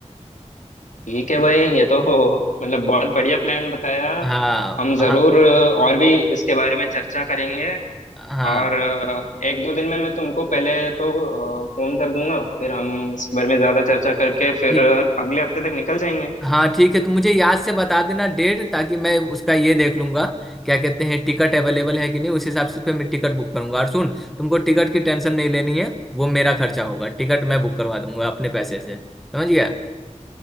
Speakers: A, on the left; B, in the centre.
A: ठीक है भाई ये तो हो मतलब बहुत बढ़िया प्लान बताया
B: हाँ
A: हम
B: वहाँ
A: जरूर अ, और भी इसके बारे में चर्चा करेंगे
B: हाँ
A: और अ, एक दो दिन में मैं तुमको पहले तो फोन कर दूंगा फिर हम इसके बारे में ज्यादा चर्चा करके फिर
B: ठीक
A: अ, अगले हफ्ते तक निकल जाएंगे
B: हाँ ठीक है तो मुझे याद से बता देना डेट ताकि मैं उसका ये देख लूंगा क्या कहते हैं टिकट अवेलेबल है कि नहीं उस हिसाब से फिर मैं टिकट बुक करूंगा और सुन तुमको टिकट की टेंशन नहीं लेनी है वो मेरा खर्चा होगा टिकट मैं बुक करवा दूंगा अपने पैसे से समझ गया